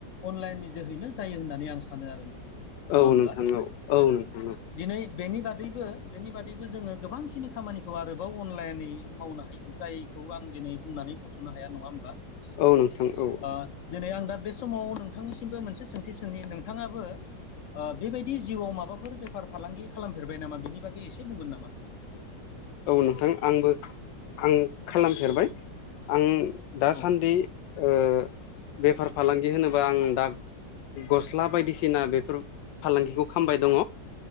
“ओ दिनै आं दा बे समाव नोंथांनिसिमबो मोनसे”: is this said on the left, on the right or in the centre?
Left